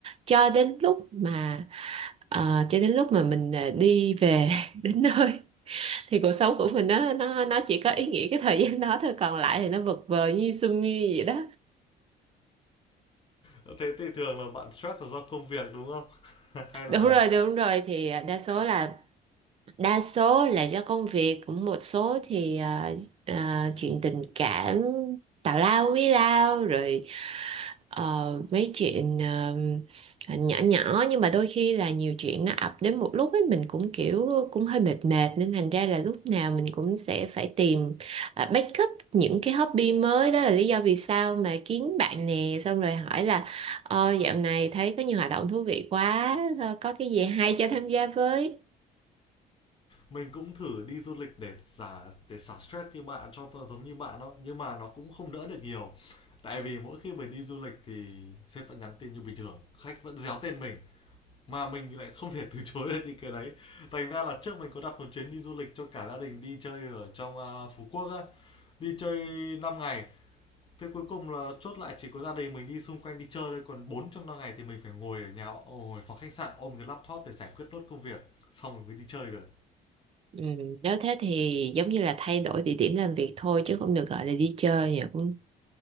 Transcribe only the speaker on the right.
cho đến lúc mà ờ, cho đến lúc mà mình à, đi về <laughs> đến nơi thì cuộc sống của mình nó nó nó chỉ có ý nghĩa cái thời gian đó thôi còn lại thì nó vật vờ như sương như vậy đó
đúng
rồi đúng rồi thì đa số là đa số là do công việc cũng một số thì ờ, ờ, chuyện tình cảm tào lao với lao rồi ờ, mấy chuyện ờ, nhỏ nhỏ nhưng mà đôi khi là nhiều chuyện nó ập đến một lúc ấy mình cũng kiểu cũng hơi mệt mệt nên thành ra là lúc nào mình cũng sẽ phải tìm ờ, backup những cái hobby mới đó là lý do vì sao mà kiếm bạn nè xong rồi hỏi là ờ, dạo này thấy có nhiều hoạt động thú vị quá ờ, có cái gì hay cho tham gia với
Ừ, nếu thế thì giống như là thay đổi địa điểm làm việc thôi chứ không được gọi là đi chơi nhỉ cũng